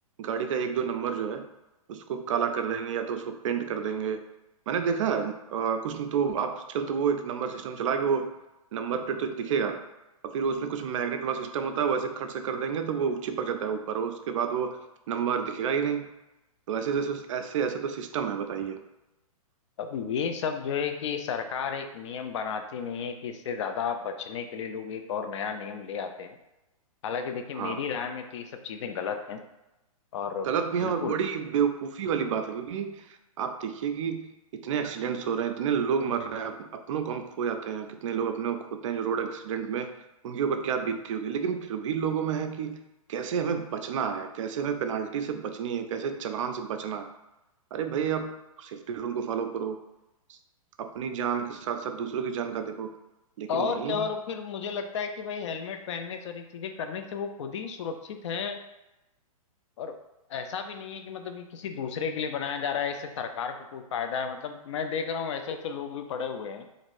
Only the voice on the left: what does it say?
अब ये सब जो है कि सरकार एक नियम बनाती नहीं है कि इससे ज्यादा बचने के लिए लोग एक और नया नियम ले आते हैं हालांकि देखिए
मेरी राय में तो ये सब चीजें गलत हैं और
बिल्कुल
और
क्या और फिर मुझे लगता है कि भाई हेलमेट पहनने सारी चीजें करने से वो खुद ही सुरक्षित हैं और ऐसा भी नहीं है कि मतलब ये किसी दूसरे के लिए बनाया जा रहा है इससे सरकार को कोई फायदा है मतलब मैं देख रहा हूँ ऐसे ऐसे लोग भी पड़े हुए हैं